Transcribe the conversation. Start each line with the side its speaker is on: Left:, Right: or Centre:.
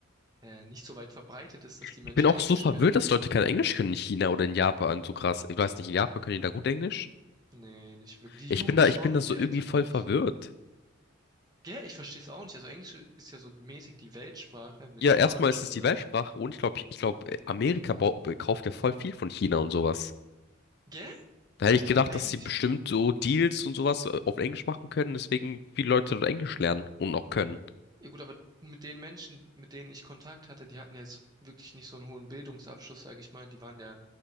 Right: äh, nicht so weit verbreitet ist, dass die Menschen
Left: Ich bin auch
Right: Englisch
Left: so verwirrt,
Right: können.
Left: dass Leute kein Englisch können in China oder in Japan. So krass. Ich weiß nicht, in Japan können die da gut Englisch?
Right: Nee, nicht wirklich. Die
Left: Ich
Right: Jugend
Left: bin da,
Right: schon,
Left: ich bin da so
Right: die Älteren
Left: irgendwie voll
Right: nicht.
Left: verwirrt.
Right: Gell, ich verstehe es auch nicht. Also Englisch ist ja so mäßig die Weltsprache mit
Left: Ja,
Right: Spanisch
Left: erstmal ist
Right: zusammen.
Left: es die Weltsprache und ich glaube, ich glaube, Amerika bau- kauft ja voll viel von China und sowas.
Right: Gell?
Left: Da hätte ich gedacht,
Right: Eigentlich.
Left: dass sie bestimmt so Deals und sowas auf Englisch machen können, deswegen viele Leute dort Englisch lernen und auch können.
Right: Ja gut, aber mit den Menschen, mit denen ich Kontakt hatte, die hatten ja jetzt wirklich nicht so einen hohen Bildungsabschluss, sage ich mal. Die waren ja